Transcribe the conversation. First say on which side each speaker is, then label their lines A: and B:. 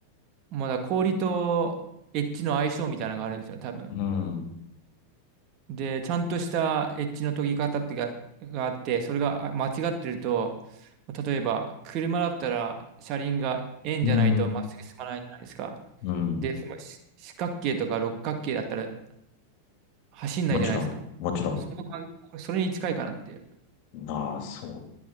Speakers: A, on the right; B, on the left.
A: まだ氷とエッジの相性みたいなのがあるんですよ、多分。
B: うん。
A: で、ちゃんとしたエッジの研ぎ方ってが、があって、それがあ間違ってると、例えば車だったら車輪が円じゃないとまっすぐ進まないじゃないですか。
B: うん、うん、
A: で、そのし四角形とか六角形だったら走んないじゃないですか。
B: もちろん、もちろ
A: その感れそれに近いかなっていう。
B: ん。ああ、そう。